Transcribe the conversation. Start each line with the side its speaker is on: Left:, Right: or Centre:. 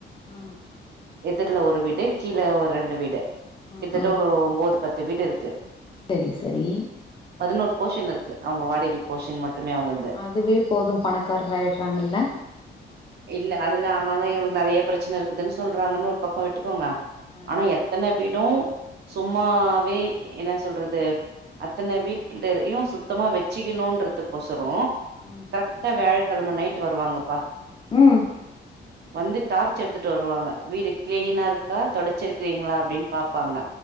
Left: அ
Right: எதுர்ல ஒரு வீடு கீழ ஒர் ரெண்டு வீடு
Left: ஆ
Right: கிட்டத்தட்ட
Left: ஆ
Right: ஒரு ஒம்போது பத்து வீடுருக்கு
Left: செரி செரி
Right: பதினொரு போஷன் இருக்கு அவுங்க வாடகி போஷன் மட்டுமே அவுங்கள்து
Left: அதுவே போது பணக்கார் ஆயிட்றாங்கல்ல
Right: இல்ல அதுலா ஆனாலு எங்குளுக்கு நெறய பிரச்சன இருக்குதுன்னு சொல்றாங்கன்னு ஒரு பக்கொ விட்டுக்கோங்க
Left: ஆ
Right: ஆனா எத்தன வீடூ சும்மாவே என்னா சொல்றது அத்தன வீட்டுலர்யு சுத்தமா வச்சுக்கிணுன்றதுக்கொசரொ
Left: ம்
Right: கர்டா வியழக்கெழம நைட்டு வருவாங்கப்பா
Left: ம்
Right: வந்து டார்ச் எடுத்துட்டு வருவாங்க வீடு கிளீனாருக்கா தொடச்சிருக்கிறீங்களா அப்டின் பாப்பாங்க